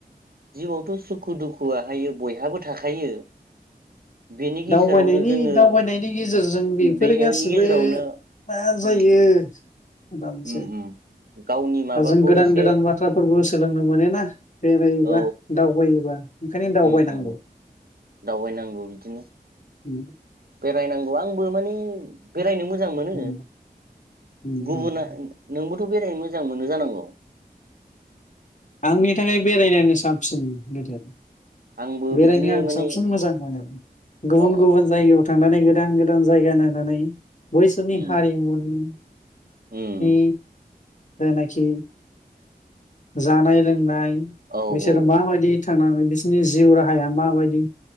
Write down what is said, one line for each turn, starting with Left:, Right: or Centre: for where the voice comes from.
Right: जिउआवथ' सुखु दुखुआहायो बयहाबो थाखायो बेनि गेजेरावनो
Left: दाबायनायनि
Right: जोङो
Left: दावबायनायनि गेजेरजों बेफोरो
Right: बेनि
Left: गासिबो
Right: गेजेरावनो
Left: मा जायो।
Right: उम
Left: दानसै
Right: उम उम गावनि माबाखौ
Left: दा जों गोदान
Right: एसे
Left: गोदान बाथ्राफोरबो सोलोंनो मोन ना बेरायोबा
Right: औ
Left: दावबायोबा। ओंखायनो दावबायनांगौ।
Right: उम उम दावबायनांगौ बिदिनो।
Left: उम
Right: बेरायनांगौ आंबो मानि बेरायनो मो जां मोनो
Left: उम उम
Right: गुबुना
Left: उम
Right: नोंबो बेरायनो मोजां मोनो जानांगौ।
Left: आंनि थाखाय बेरायनायानो साबसिन गेदेद।
Right: आंबो
Left: बेरायनो
Right: बिदिनो
Left: आं
Right: माने
Left: साबसिन मोजां मोनो गुबुन
Right: अ
Left: गुबुन जायगायाव थांनानै गोदान-गोदान जायगा नायनानै बैसोरनि
Right: उम
Left: हारिमुनि
Right: उम
Left: इ जायनोखि जानाय लोंनाय
Right: औ
Left: बिसोर
Right: औ
Left: माादि थांनानै बिसोरनि जिउ राहाया माबायदि